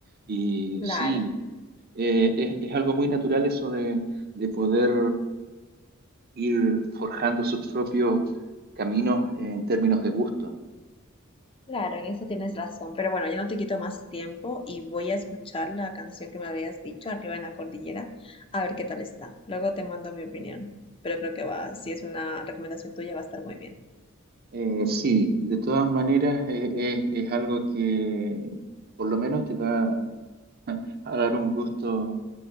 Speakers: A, on the right; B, on the left.
A: Y
B: Claro.
A: sí, eh, es, es algo muy natural eso de, de poder ir forjando sus propios caminos en términos de gusto.
B: Claro, en eso tienes razón, pero bueno, ya no te quito más tiempo y voy a escuchar la canción que me habías dicho, Arriba en la Cordillera, a ver qué tal está. Luego te mando mi opinión, pero creo que va, si es una recomendación tuya, va a estar muy bien.
A: Eh, sí, de todas maneras eh, es, es algo que por lo menos te va <laughs> a, a dar un gusto